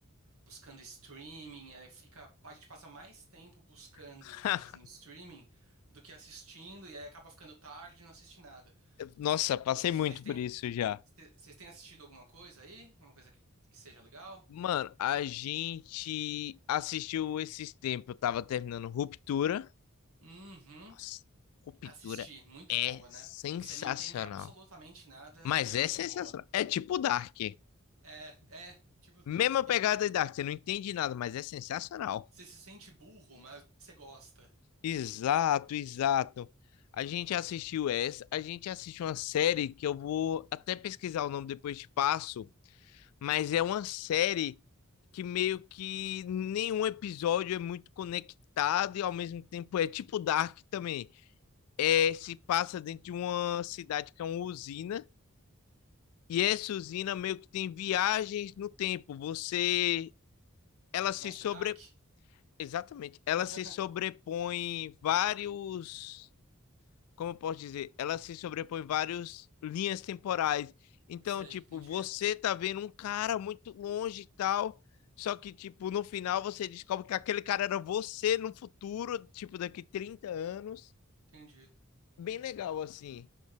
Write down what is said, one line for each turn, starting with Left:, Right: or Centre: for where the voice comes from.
Right: buscando streaming, aí fica, a gente passa mais tempo buscando
Left: <laughs>
Right: coisas no streaming do que assistindo, e aí acaba ficando tarde e não assiste nada.
Left: Nossa,
Right: Cê-
Left: passei
Right: Vocês
Left: muito
Right: têm,
Left: por isso já.
Right: vocês têm assistido alguma coisa aí? Alguma coisa que, que seja legal?
Left: Mano, a gente assistiu esses tempos. Eu tava terminando Ruptura.
Right: Uhum.
Left: Nossa, Ruptura
Right: Assisti, muito
Left: é
Right: boa, né?
Left: sensacional.
Right: Você não entende absolutamente nada
Left: Mas
Right: e é muito
Left: é sensacional.
Right: boa.
Left: É tipo Dark.
Right: É, é, tipo,
Left: Mesma pegada
Right: e é-
Left: de Dark. Você não entende nada, mas é sensacional.
Right: você se sente burro, mas você gosta.
Left: Exato, exato. A gente assistiu essa, a gente assistiu uma série que eu vou até pesquisar o nome depois te passo, mas é uma série que meio que nenhum episódio é muito conectado e ao mesmo tempo é tipo Dark também. É, se passa dentro de uma cidade que é uma usina e essa usina meio que tem viagens no tempo. Você, ela se
Right: Nossa,
Left: sobre,
Right: é Dark?
Left: exatamente, ela
Right: <laughs>
Left: se sobrepõe vários como eu posso dizer, ela se sobrepõe várias linhas temporais. Então,
Right: Sei,
Left: tipo,
Right: entendi,
Left: você tá vendo um cara muito longe e tal, só que, tipo, no final você descobre que aquele cara era você no futuro, tipo, daqui 30 anos.
Right: entendi.
Left: Bem legal, assim.